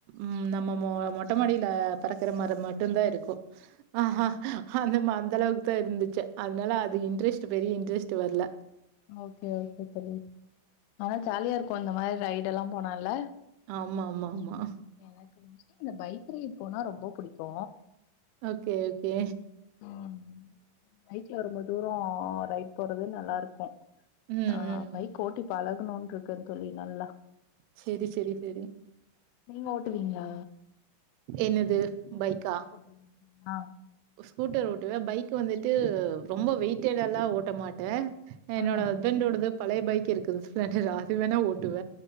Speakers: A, on the right (about 85°); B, on the left (about 85°).
A: ம் நம்ம மொ மொட்ட மாடியில பறக்குற மர மட் மட்டுந்தா இருக்கு ஆ ஆ அந்த ம அந்த அளவுக்குதா இருந்துச்சு அதனால அது
B: ஆ
A: இன்ட்ரெஸ்ட் ட்டு பெரிய இன்ட்ரஸ்ட்டு வர்ல
B: ஓகே ஓகே தோழி ஆனா ஜாலியா இருக்கு அந்த மாரி ரைடெல்லாம் போனால
A: ஆமா ஆமா ஆமா
B: எனக்கு மோஸ்ட்லி இந்த பைக் ரைடு போனா ரொம்போ புடிக்கு
A: ஓகே ஓகே
B: ம் பைக்ல ரொம்ப தூரோ ரைட் போறது நல்லாருக்கு
A: ம்,
B: ஆ
A: ம்.
B: பைக் ஓட்டி பழகணுன்ட்ருக்குங் தோழி நல்லா
A: சேரி சேரி சேரி
B: நீங்க ஓட்டுவீங்களா
A: என்னது பைக்கா
B: ம் ஆ
A: ஸ்கூட்டர் ஓட்டுவ பைக் வந்துட்டு ரொம்போ வெயிட்டட எல்லா ஓட்ட மாட்ட என்னோட
B: ம்
A: ஹஸ்பண்டோடது பழைய பைக் இருக்குது ஸ்பிளெண்டரா அது வேணா ஓட்டுவ